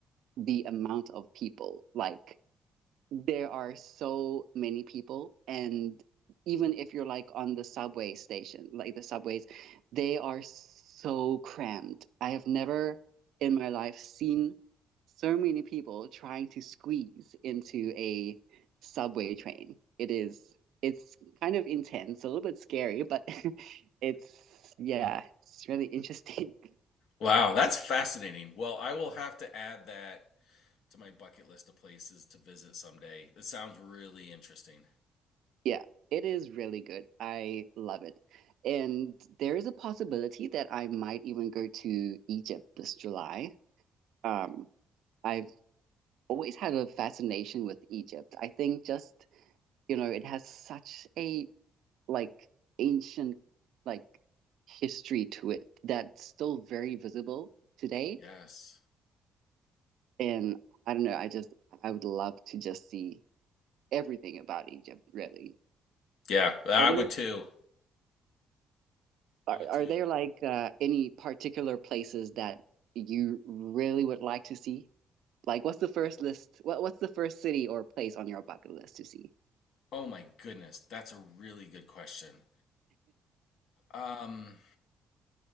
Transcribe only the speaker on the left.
Wow, that's fascinating. Well, I will have to add that to my bucket list of places to visit someday. This sounds really interesting.
Yes.
Yeah, I
would too.
I would
too.
Oh my goodness, that's a really good question. Um,